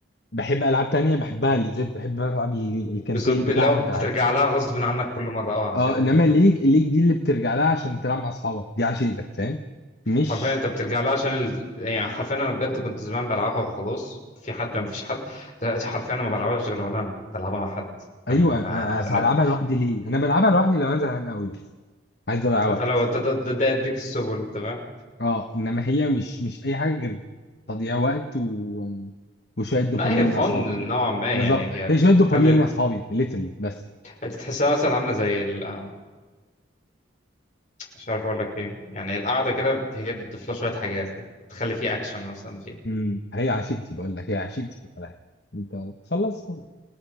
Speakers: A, on the left (about 55°); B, on the left (about 40°).
A: بحب العاب تانية بحبها اللي زي بحب العب ال-
B: بالذات
A: الكامبين
B: ب-
A: بتاعها
B: لو
A: بحب
B: بترجع
A: العب
B: لها غصب عنك كل مره اه عشان
A: اه
B: اللي
A: انما
B: انت
A: ليج ليج دي اللي بترجع لها عشان تلعب مع اصحابك دي عشيقتك فاهم؟ مش
B: حرفيا انت بترجع لها عشان ال... يعني حرفيا انا بجد كنت زمان بلعبها وخلاص في حد ما فيش حد دلوقتي حرفيا انا ما بلعبهاش غير وانا بلعبها مع حد يعني
A: ايوه
B: مع...
A: أ- أ-
B: انا
A: هلعبها لوحدي ليه؟ انا بلعبها لوحدي لو انا زهقان قوي عايز اضيع وقت
B: ده لو انت ده ده- ده بيك السبل انت فاهم
A: اه انما هي مش مش اي حاجه غير تضييع وقت و... وشويه دوبامين
B: لا هي فن
A: مع اصحابي
B: نوعا ما
A: بالظبط
B: يعني هي
A: هي شويه دوبامين
B: تخلي ال-
A: مع اصحابي ليترلي بس
B: انت تحسها مثلا عامله زي ال... آه، مش عارف اقول لك ايه يعني القعده كده هي بتضيف لها شويه حاجات كده تخلي فيه اكشن مثلا فيه
A: امم هي عشيقتي بقول لك هي عشيقتي في الالعاب انت خلص